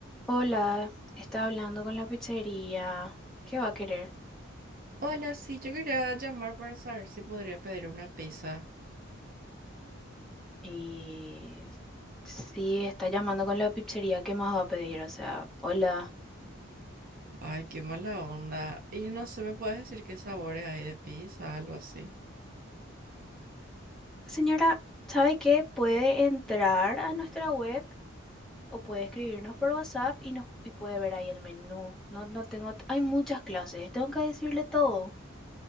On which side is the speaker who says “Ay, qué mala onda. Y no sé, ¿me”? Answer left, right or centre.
Right